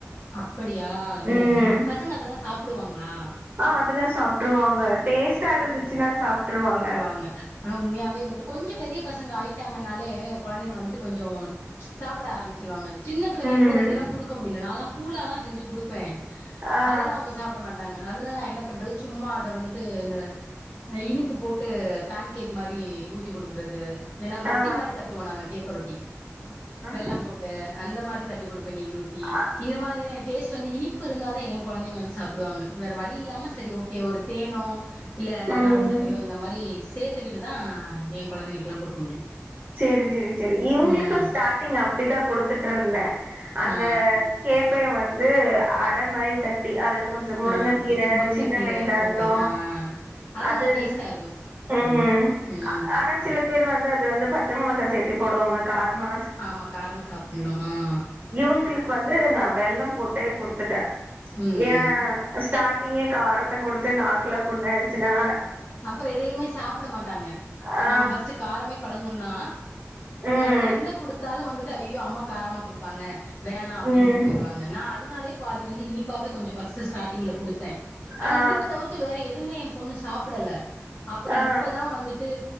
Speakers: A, on the left (about 45°); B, on the right (about 35°).
A: அப்படியா
B: ம்
A: ஓகே பசங்க அதெல்லா சாப்டுவாங்ளா
B: ஆ அதெல்லா சாப்ட்ருவாங்க டேஸ்ட்டா இருந்துச்சுன்னா சாப்ட்டுருவாங்க
A: அங்க ஆனா உண்மையாவே வந்துட்டு கொஞ்சொ பெரிய பசங்க ஆயிட்டாங்கனாலே குழந்தைங்க வந்துட்டு கொஞ்சோ சாப்ட ஆரம்பிச்சிருவாங்க சின்ன பிள்ளைங்களுக்கு
B: ம்
A: தா இதெல்லா கொடுக்க முடியல நாலா கூலாதா செஞ்சு கொடுப்பே
B: ஆ
A: அதெல்லா அவுங்க சாப்பிட மாட்டாங்க அதனால நா என்ன பண்றது சும்மா அத வந்து இந்த இனிப்பு போட்டு போன் கேக் மாரி ஊத்தி கொடுக்குறது இல்லன்னா ரொட்டி
B: ஆ
A: மாரி தட்டுவோ நாங்க கேப்ப ரொட்டி வெள்ளம்
B: ஆ
A: போட்டு அந்த மாரி தட்டி கொடுப்பே நெய் ஊத் தி
B: அ
A: இது மாரித டேஸ்ட் வந்து இனிப் ப்பு இருந்தாதே குழந்தைங்க வந்து சாப்பிடுவாங்க வேற வழி இல்லாம சேரி ஓகே ஒரு தேனோ இல்ல
B: ம்
A: நாட்டு சக்கரையோ இந்த மாரி சேர்த்துக்கிட்டுதா ஏ குழந்தைங்களுக்கெல்லா கொடுக்க முடியு
B: சேரி சேரி சேரி இவங்களுக்கு
A: ம்
B: ஸ்டார்ட்டிங் அப்டிதா கொடுத்துட்டு இருந்தே அந்த
A: ஆ
B: கேப்பய வந்து அடை மாரி தட் அதுல கொஞ்சோ முருங்கைக்கீரை
A: ஆ முருங்கக்கீர
B: சின்ன வெங்காய
A: போட்டு ஆ
B: அது
A: நல்லா டேஸ்ட்டா இருக்கு
B: ம்
A: ம்
B: ஆனா சில பேர் வந்து அது வந்து பச்சை மிளகா சேர்த்தி போடுவாங்க காரமா
A: ஆமா காரமா சாப்பிடணு ம்
B: இவங்களுக்கு வந்து நா வெல்லம் போட்டே குடுத்துட்டே
A: ம்
B: ஏ ஸ்டார்ட் டிங்கே காரத்த கொடுத்து நாக்கலா புண்ணு ஆயிடுச்சுன்னா
A: அப்பற எதையுமே சாப்பிட மாட்டாங்க
B: ஆ
A: நம்ம ஃபஸ்ட் காரமே பழகனும்னா
B: ம்
A: நம்ம என்ன கொடுத்தாலு வந்துட்டு ஐய்யயோ அம்மா காரமா கொடுப்பாங்க வேணா அப்டின்ட்டு
B: ம்
A: போயிருவாங்க நா அதனாலே பாதி வந்து இனிப்பவே கொஞ்சோ ஃபஸ்டு ஸ்டாட்டிங்ல கொடுத்தே ஆனா
B: ஆ
A: இனிப்பு தவித்து வேற எதுவுமே ஏ பொண்ணு சாப்பிடல அப்பற
B: ஆ
A: இப்பதா வந்துட் டு